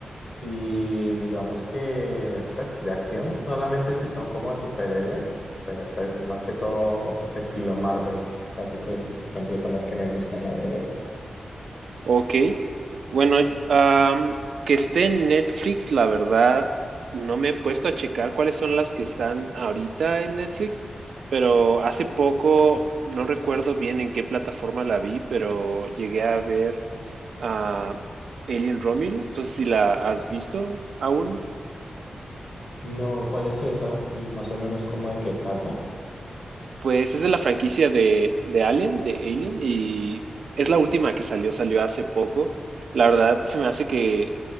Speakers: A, on the left (about 40°); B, on the right (about 75°).
A: Y digamos que, pues, de acción solamente si son como de superhéroes, pero pues más que todo estilo Marvel. Así que, que siempre son las que me gustan, la verdad.
B: Ok, bueno, am, que esté en Netflix, la verdad, no me he puesto a checar cuáles son las que están ahorita en Netflix, pero hace poco, no recuerdo bien en qué plataforma la vi, pero llegué a ver... a Alien Romulus. Entonces, si la has visto aún,
A: No, ¿cuál es esa? Y más o menos cómo de qué trata.
B: pues es de la franquicia de, de Alien, de Alien, y es la última que salió, salió hace poco. La verdad, se me hace que